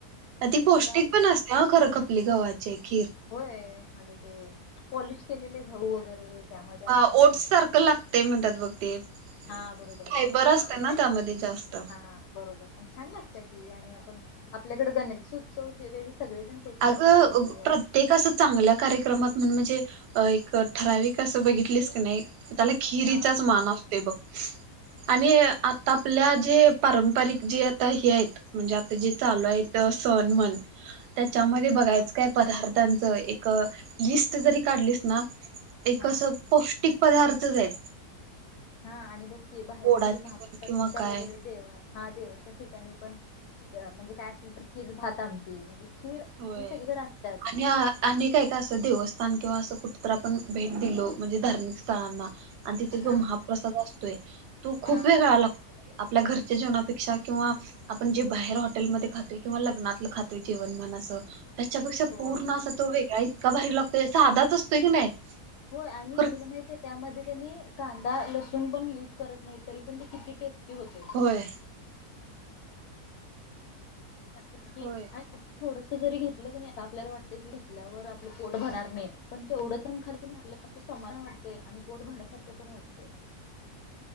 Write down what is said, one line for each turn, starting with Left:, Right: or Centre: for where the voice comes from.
Left: म्हणजे
Right: अ ती पौष्टिक
Left: ते काय
Right: पण असन खरं खपली गव्हाचे खीर
Left: होय अग ते पॉलिश केलेले गहु वगैरे त्यामध्ये असणार
Right: ह ओट्स सारखं लागतय म्हणत्यात बघ ते फायबर
Left: हा बरोबर बरोबर
Right: असत ना त्यामध्ये जास्त.
Left: हा बरोबर छान लागत्यात ते आणि आपण आपल्याकडे गणेश उत्सव त्या वेळी सगळेजण तेच
Right: अगं
Left: करतात खपली गव्हाची
Right: प्रत्येक असं चांगल्या कार्यक्रमात म्हणजे एक ठराविक बघितलीस की नाही त्याला खिरीचाच
Left: हा
Right: मान असतोय बघ. आणि आता आपल्या जे पारंपरिक जे आता हे आहेत म्हणजे आता जे चालु आहेत सण म्हण त्याच्यामध्ये बघायचं
Left: हा
Right: काय पदार्थांचं एक लिस्ट जरी काढलीस ना एक
Left: हा
Right: असं पौष्टिक पदार्थच हाईत.
Left: हा आणि बघकी बाहेर
Right: गोडाचे
Left: म्हणजे महाप्रसाद
Right: म्हण किंवा काय
Left: वगैरे देव हा देवळ त्या ठिकाणी पण म्हणजे काय असल तर खिर भात आमटी म्हणजे खीर
Right: होय
Left: ही सगळीकडे अस त्याच.
Right: आणि आणि काय काय असं देवस्थान किंवा असं कुठ तर आपण भेट दिलो म्हणजे धार्मिक स्थळांना आणि तिथे जो
Left: हा
Right: महाप्रसाद असतोय तो खूप
Left: हा
Right: वेगळा लागतो आपल्या घरच्या जेवणापेक्षा किंवा आपण जे बाहेर हॉटेलमध्ये खातोय किंवा लग्नातलं खातोय जेवन म्हणा कसं त्याच्यापेक्षा
Left: होय
Right: पूर्ण असा तो वेगळा इतका भारी लागतोय साधाच असतोय की नाही
Left: होय आणि
Right: खर
Left: तुला माहत त्यामध्ये त्यांनी कांदा लसूण पण यूज करत नाही तरी पण ते किती टेस्टी होतय.
Right: होय.
Left: <unintelligible>
Right: होय
Left: थोडस जरी घेतलं कि नाही आपल्याला वाटत की घेतल्यावर आपलं पोट भरणार नाही पण तेवढंचण खालक आप अस समाधान वाटतंय आणि पोट भरल्यासारखं पण वाटतय.